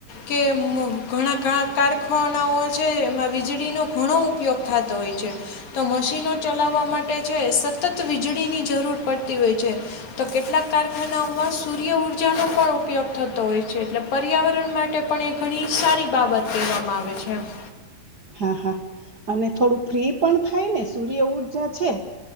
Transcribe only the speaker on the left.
કે ઘણા કારખાનાઓ છે, એમાં વીજળીનો ઘણો ઉપયોગ થતો હોય છે, તો મશીનો ચલાવવા માટે માટે જે સ વીજળીની જરૂર પડતી હોય છે, તો કેટલાક કારખાનાઓમાં સૂર્ય ઊર્જાનો પણ ઉપયોગ થતો હોય છે એટલે પર્યાવરણ માટે પણ એક ઘણી સારી બાબત કહેવામાં આવે છે. છે એમ.